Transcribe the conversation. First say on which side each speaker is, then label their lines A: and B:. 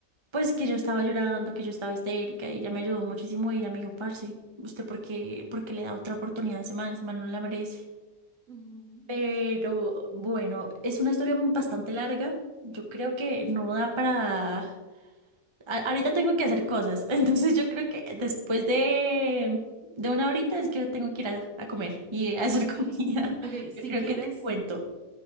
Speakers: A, on the right (about 20°); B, on the right (about 50°).
A: pues que yo estaba llorando, que yo estaba histérica y ella me ayudó muchísimo y ella me dijo, parce, ¿usted por qué, por qué le da otra oportunidad a ese man? Ese man no la merece.
B: ujú.
A: Pero bueno, es una historia bastante larga. Yo creo que no da para... a- ahorita tengo que hacer cosas, <laughs> entonces yo creo que después de, de una horita es que tengo que ir a, a comer y a hacer
B: Ok,
A: <laughs> comida.
B: ok, si
A: Yo creo
B: quieres,
A: que te cuento.